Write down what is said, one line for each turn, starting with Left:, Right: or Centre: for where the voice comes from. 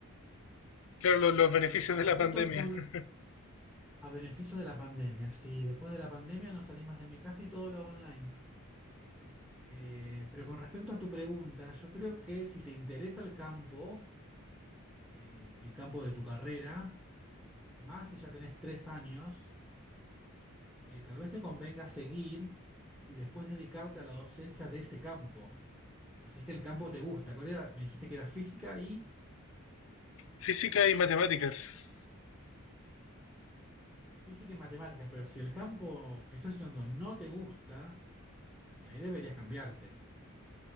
Left: Claro, los, los beneficios
Centre: Pero con
Left: de la
Centre: respecto
Left: pandemia.
Centre: a tu,
Left: <laughs>
Centre: a beneficio de la pandemia, sí, después de la pandemia no salí más de mi casa y todo lo hago online. Eh, pero con respecto a tu pregunta, yo creo que si te interesa el campo, eh, el campo de tu carrera, más si ya tenés tres años, eh, tal vez te convenga seguir y después dedicarte a la docencia de ese campo. Pero si es que el campo te gusta, ¿cuál era? Me dijiste que era física y
Left: Física y matemáticas.
Centre: física y matemáticas, pero si el campo que estás estudiando no te gusta, y ahí deberías cambiarte.